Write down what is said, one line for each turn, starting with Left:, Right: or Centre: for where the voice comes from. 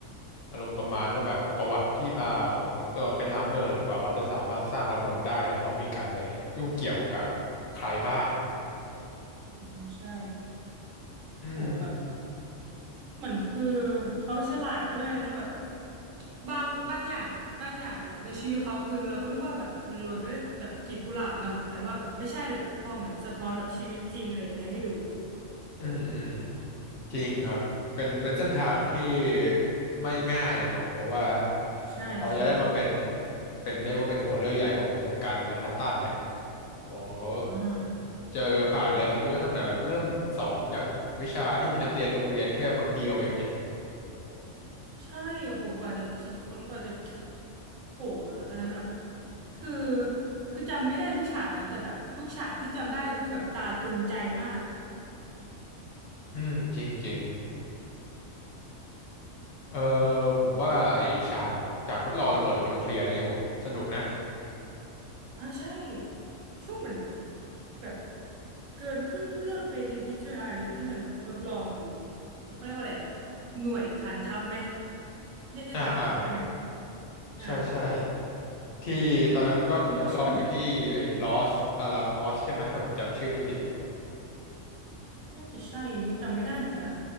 Left: อารมณ์ประมาณว่าแบบประวัติที่มาของดรออปเพนไฮเมอร์เนี่ยกว่าเขาจะสามารถสร้างระเบิดได้เนี่ยเขามีการไปยุ่งเกี่ยวกับใครบ้าง
Right: อืมใช่
Left: อืม
Right: โหแบบเหมือนคือเขาฉลาดด้วยแล้วแบบบางบางอย่างบางอย่างแบบในชีวิตเขาคือเราก็นึกว่าแบบมันโรยด้วยแบบกลีบกุหลาบเนาะแต่ว่าแบบไม่ใช่เลยแบบพอเหมือนสะท้อนแบบชีวิตจริงอะไรอย่างเงี้ยให้ดูโห
Left: อืมอืม จริงครับ เป็น เป็นเส้นทางที่ไม่ง่ายเลยเนาะเพราะว่า
Right: ใช่ใช่
Left: เขาจะได้มาเป็น เป็นเรียกว่าเป็นหัวเรือใหญ่ของโครงการแมนฮัตตันเนี่ยโอ้เขา
Right: อ่า
Left: เจอผ่านอะไรมาเยอะตั้งแต่แบบเริ่มสอนจากวิชาที่มีนักเรียนโรงเรียนแค่คนเดียวอย่างเงี้ย
Right: ใช่โอ้โหกว่าจะคิดค้นกว่าจะโหอันนั้นแบบคือคือจำไม่ได้ทุกฉากนะแต่แบบทุกฉากที่จำได้คือแบบตาตึงใจมาก
Left: อืม จริงจริง เออ ผมว่าไอ้ฉากฉากทดลองระเบิดนิวเคลียร์นี่โหสนุกนะ
Right: อ่าใช่ช่วงเหมือนแบบเกินครึ่งเรื่องไปนิดๆใช่ไหมอันนี้ที่มันแบบทดลองอยู่เขาเรียกว่าอะไรอะหน่วยฐานทัพไหมเรียกฐานทัพได้ไหม
Left: อ่า อ่า
Right: อ่า
Left: ใช่ใช่ที่ตอนนั้นมันก็ทดลองอยู่ที่ไอ้ลอสอาลามอสใช่ไหมถ้าผมจำชื่อไม่ผิด
Right: อันนี้ก็สนุกน่าจะใช่อันนี้ก็จำไม่ได้เหมือนกัน